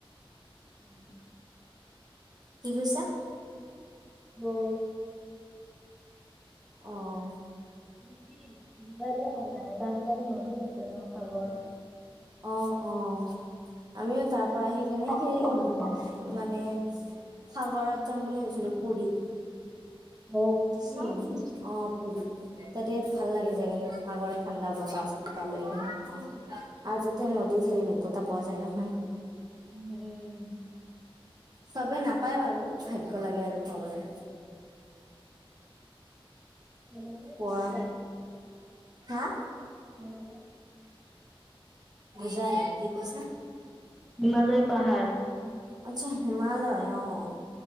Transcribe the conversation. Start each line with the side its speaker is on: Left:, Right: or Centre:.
Centre: <inaudible>
Right: কি কৈছা।
Centre: ব।
Right: অ'।
Centre: বেছি মজা নাই মানে কাৰণ তাতে নদী আছে নহ চাবৰ।
Right: অ অ', আমিও তাত পৰা সেইকাৰণে
Centre: তাতে
Right: সেই
Centre: যাম দিয়া নহ'লে।
Right: মানে সাগৰত যাম বুলি ভাবিছিলোঁ পুৰীত।
Centre: অহ পুৰীত।
Right: চাওঁ অ পুৰী, তাতে ভাল লাগে যাই কিনে। সাগৰত ঠাণ্ডা বতাহলৈ-চতাহ লৈ কিনে আৰু তাতে নদীত হেৰি মুকটা পোৱা যায় নহয়।
Centre: উম, এহ।
Right: চবে নাপায় বাৰু, ভাগ্য লাগে আৰু পাবলে।
Centre: <unintelligible>
Right: পোৱা হা?
Centre: মনালে
Right: বুজা নাই, কি কৈছা?
Centre: হিমালয় পাহাৰ।
Right: আচ্ছা হিমালয় অ',